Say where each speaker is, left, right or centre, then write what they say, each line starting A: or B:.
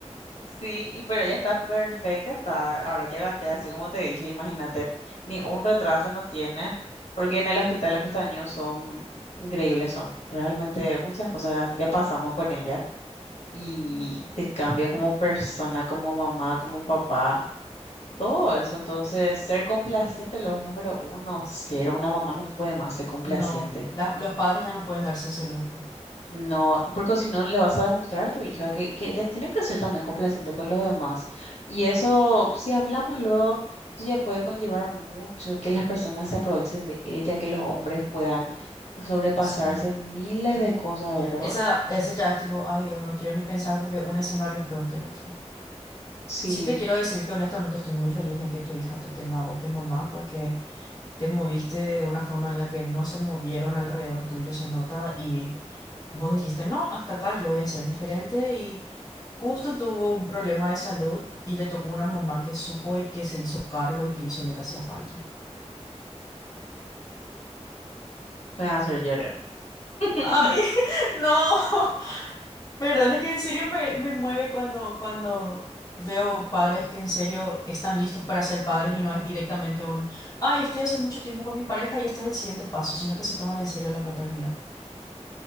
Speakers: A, on the left; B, on the left.
A: Sí, y- pero ella está perfecta, está, ahora llégate, así como te dije, imagínate, ni un retraso no tiene, porque en el hospital de Costaño son increíbles, son realmente muchas cosas, ya pasamos con ella y
B: Ujú.
A: te cambia como persona, como mamá, como papá, todo eso, entonces ser complaciente, lo número uno, ser una mamá no puede más ser complaciente.
B: No, la- los padres ya no pueden darse ese lujo.
A: No, porque si no le vas a demostrar a tu hija que, que ella tiene que ser también complaciente con los demás. Y eso, si hablamos luego, eso ya puede conllevar mucho que las personas se aprovechen de ella, que los hombres puedan sobrepasarse
B: Sí.
A: en miles de cosas, ¿verdad?
B: Esa, ese ya es tipo, ay Dios, no quiero ni pensar porque un escenario es peor que el otro.
A: Sí,
B: Sí te quiero decir que honestamente estoy muy feliz de que tu hija te tenga a vos de mamá porque te moviste de una forma en la que no se movieron alrededor tuyo, se nota, y Vos dijiste, no, hasta acá yo voy a ser diferente y justo tuvo un problema de salud y le tocó una mamá que supo y que se hizo cargo y que hizo lo que hacía falta.
A: me va a hacer llorar. <laughs>
B: ¡Ay, <laughs> no! Pero es que en serio me, me mueve cuando, cuando veo padres que en serio están listos para ser padres y no es directamente un, ay, estoy hace mucho tiempo con mi pareja y este es el siguiente paso, sino que se toman en serio la paternidad.